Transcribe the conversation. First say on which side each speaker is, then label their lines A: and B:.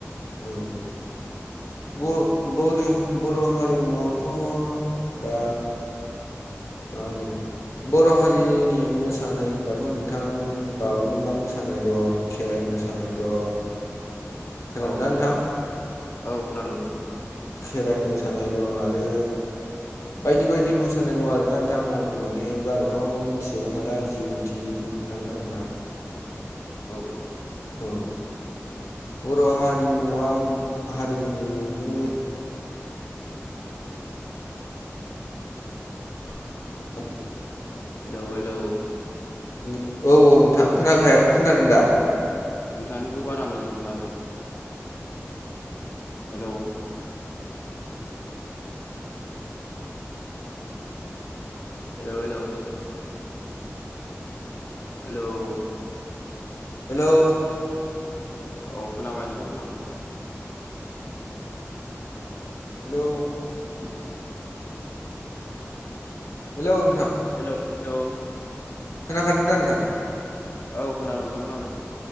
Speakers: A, on the left (about 85°); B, on the left (about 50°).
A: औ। बर-बरि-बर' हारिमुवावथ' दा मा होनो बर' हारिनि मोसानाय होनबाथ' नोंथां बागुरुम्बा मोसानाय दं खेराइ मोसानाय दं खोनादोंना
B: औ औ,
A: नोंथां
B: औ खोनादों नोंथां खोनादों।
A: खेराइ मोसानाय दं आरो बायदि बायदि मोसानाय दं आरो। दा नोंथां आं माने बाराथ' मिथिजोबा नालाय जि मिन थियो बेखौनो खोन्थागोन आरोना।
B: औ।
A: औ।
B: उम।
A: बर' हारिमुआव हारिमुनि मो
B: <inaudible>
A: <unintelligible>
B: हेलौ हेलौ!
A: <unintelligible> औ औ नोंथां खोनाखाया खोनादों दा?
B: अ नोंथांनिखौ बारा मोजां खोनाफैयाखै। Hello! Hello hello! Hello!
A: Hello!
B: औ खोनाबाय नोंथां, खोनाबाय। <inaudible>
A: हेलौ
B: <inaudible>
A: हेलौ नोंथां।
B: हेल' हेलौ।
A: खोनाखादों दा नोंथां?
B: औ खोनादों नोंथां खोनादों।